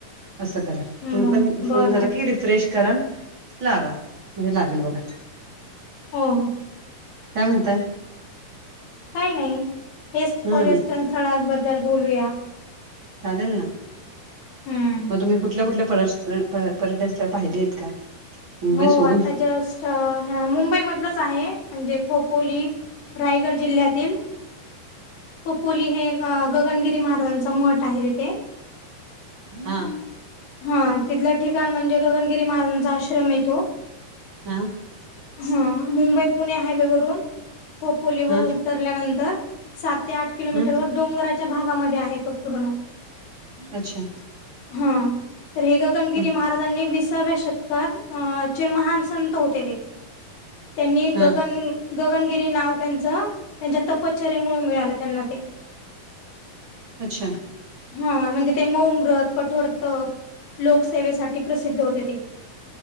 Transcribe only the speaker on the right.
अस करा तुम्ही
पण
फोन झालं
की रिफ्रेश करा लावा म्हणजे लागेल बघा
काय म्हणताय?
हम्म
चालेल ना
मग तुम्ही कुठल्या कुठल्या पल प पर्यटन स्थळ पाहिले आहेत का? मुंबई
सोडून
हा.
हा
हा
हम्
अच्छा
हम्
हा
अच्छा